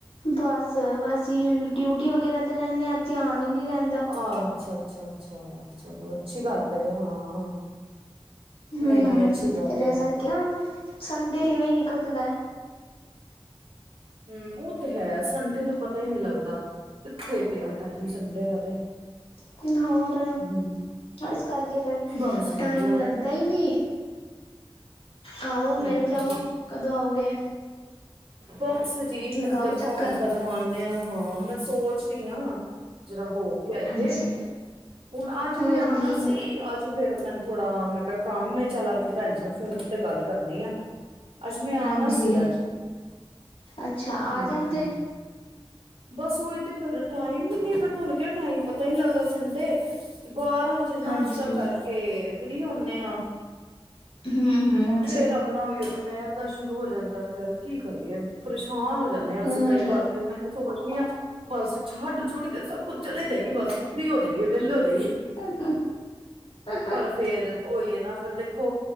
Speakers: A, on the left; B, on the right.
A: ਬਸ ਵ ਅਸੀ ਡਿਊਟੀ ਵਗੈਰਾ ਤੇ ਰੈਨੇ ਆਂ ਧਿਆਨ ਈ ਨੀ ਰੈਂ
B: ਅ ਅੱਛਾ-ਅੱਛਾ-ਅੱਛਾ ਚਲੋ ਅੱਛੀ ਗੱਲ ਏ ਹਾਂ।
A: ਹੂੰ,
B: ਨਹੀਂ ਨਹੀਂ ਅੱਛੀ ਗੱਲ
A: ਫਿਰ
B: ਏ
A: ਐ ਸਾਰੀ <unintelligible> ਸੰਡੇ ਇਵੇਂ ਈ ਨਿਕਲ ਜਾਂਦੈ।
B: ਹੂੰ, ਔ ਤੇ ਹੈ ਸੰਡੇ ਤੋਂ ਪਤੈ ਈ ਨੀ ਲੱਗਦਾ। ਕਿੱਥੇ ਗਿਆ ਟਾਈਮ ਸੰਡੇ ਦਾ ਤੇ।
A: ਤੇ ਹੋਰ,
B: ਹਮ
A: ਏਸ ਕਰਕੇ ਫੇਰ
B: ਬਸ ਵਧੀਆ
A: ਟਾਈਮ ਲੱਗਦਾ ਈ ਨਈ। ਆਔ,
B: ਹਮ
A: ਮਿਲ ਜਾਔ। ਕਦੋਂ ਆਔਗੇ?
B: ਬਸ ਜੀ,
A: ਲਗਾਓ
B: ਦੇਖੋ
A: ਚੱਕਰ
B: ਹੁਣ ਕ ਦੋਂ ਆਂਣੇ ਆਂ। ਹ ਮੈਂ ਸੋਚ ਰੀ ਆਂ ਜੜਾ ਹੋਰ ਆਈਏ,
A: ਹਾਂਜੀ
B: ਹੁਣ ਅੱਜ
A: ਹੋਰ
B: ਮੈਂ ਆਉਣਾ
A: ਕੀ
B: ਸੀ ਅੱਜ ਫੇਰ ਮੈਨ ਥੋੜਾ ਮੈਂ ਕਿਹਾ ਕੰਮ ਹੈ ਚੱਲ ਮੈਂ ਭੈਣ ਜੀ ਨਾਲ ਫੋਨ ਤੇ ਗੱਲ ਕਰਨੀ ਆ। ਅੱਜ ਮੈਂ ਆਣਾ
A: ਹਾਂਜੀ
B: ਸੀ ਅੱਜ।
A: ਅੱਛਾ
B: ਹੁੰ
A: ਆ ਜਾਂਦੇ
B: ਬਸ ਉਹੀ ਤੇ ਫੇਰ ਟਾਈਮ ਨੀ ਪਤਾ ਲੱਗਿਆ ਟਾਈਮ ਪਤਾ ਹੀ ਨੀ ਲੱਗਦਾ ਸੰਡੇ। ਬਾਰਾਂ ਵਜੇ ਨਾਸ਼ਤਾ
A: ਹਾਂਜੀ
B: ਕਰਕੇ ਫ੍ਰਰੀ ਹੋਣੇ ਆ।
A: ਹੰ ਹੁੰ
B: ਫੇਰ ਆਪਣਾ ਓਇਓ ਦੁਪਹਿਰ ਦਾ ਸ਼ੁਰੂ ਹੋ ਜਾਂਦਾ ਫੇਰ ਕੀ ਕਰੀਏ ਪਰੇਸ਼ਾਨ ਹੋ ਜਾਂਦੇ ਹਾਂ ਅਸੀਂ
A: ਹੋਰ
B: ਕਈ ਵਾਰ ਤੇ ਮੈਂਹ ਸੋਚਨੀ ਆ ਬਸ ਛੱਡ ਛੁੱਡ ਕੇ ਸਭ ਕੁੱਝ ਚਲੇ ਜਾਈਏ ਬਸ ਫਰੀ ਹੋ ਜਾਈਏ ਵਿਹਲੇ ਹੋ ਜਾਈਏ।
A: ਹਂ ਹਂ ਹਂ।
B: ਪਰ ਫੇਰ ਓਇ ਹੈ ਨਾ ਫਿਰ ਦੇਖੋ